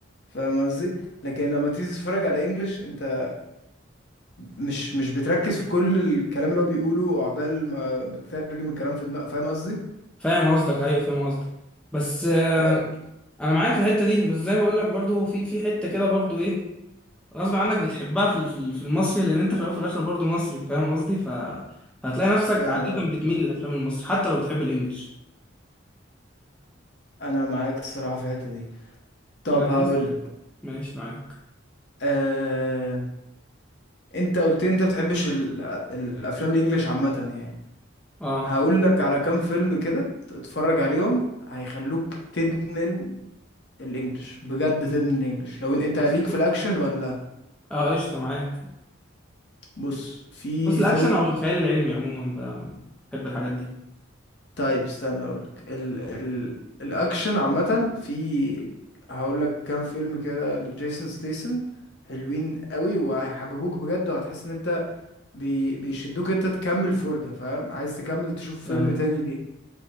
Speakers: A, on the left; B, in the centre.
A: فاهم قصدي لكن لما تيجي تتفرج على انجليش انت مش مش بتركز في كل الكلام اللي هو بيقوله وعقبال ما بتترجم الكلام في دماغك فاهم قصدي
B: فاهم قصدك ايوه فاهم قصدك بس آه،
A: ب-
B: انا معاك في الحته دي بس زي ما بقول لك برضه في في حته كده برضه ايه غصب عنك بتحبها في ال- في ال- في المصري لان انت في الاول وفي الاخر برضه مصري فاهم قصدي ف فهتلاقي نفسك
A: فاهم
B: عاده
A: قصدك
B: بتميل
A: آه.
B: للافلام المصري حتى لو بتحب الانجليش
A: انا معاك الصراحة في الحتة دي طب
B: يعني
A: هقول لك
B: ماشي معاك
A: أه... انت قلت لي انت بتحبش ال... الافلام الانجليش عامة يعني
B: اه
A: هقول لك على كام فيلم كده تتفرج عليهم هيخلوك تدمن الانجليش بجد تدمن الانجليش لو إن- انت
B: فاست
A: ليك
B: فود
A: في الاكشن ولا
B: اه قشطة معاك
A: بص في
B: بص الأكشن
A: فيلم
B: أو الخيال العلمي عموما بقى ما- بحب الحاجات دي
A: طيب استنى اقول لك ال... ال... الاكشن عامه في هقول لك كام فيلم كده لجيسون ستيسن حلوين قوي وهيحببوك بجد وهتحس ان انت بي... بيشدوك انت تكمل فرجة فاهم عايز تكمل تشوف فيلم
B: تمام
A: تاني ليه